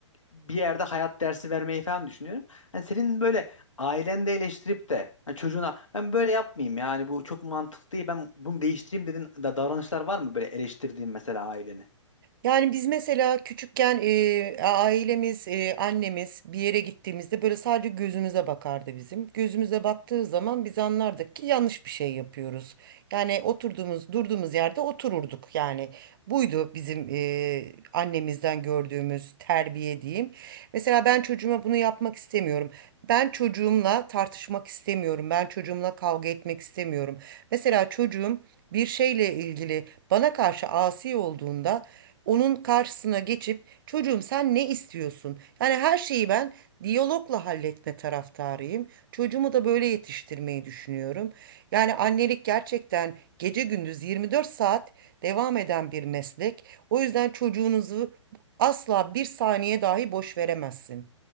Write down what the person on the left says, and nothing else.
bir yerde hayat dersi vermeyi falan düşünüyorum. Hani senin böyle aileni de eleştirip de hani çocuğuna ben böyle yapmayayım yani bu çok mantıklı değil ben bunu değiştireyim dedin da davranışlar var mı böyle eleştirdiğin mesela aileni?